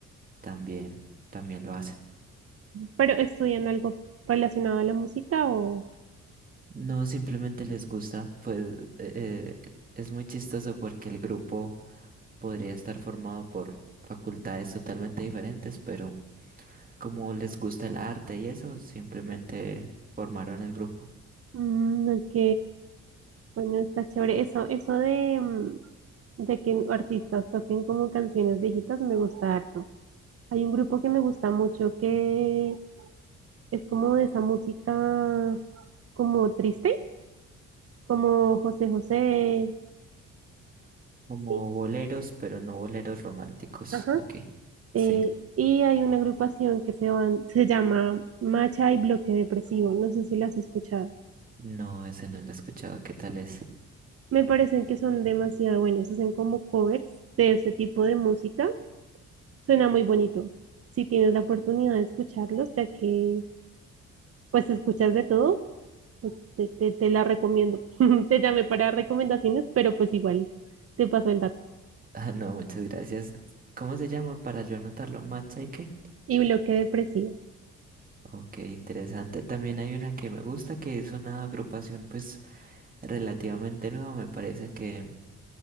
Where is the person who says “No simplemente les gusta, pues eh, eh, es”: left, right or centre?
Right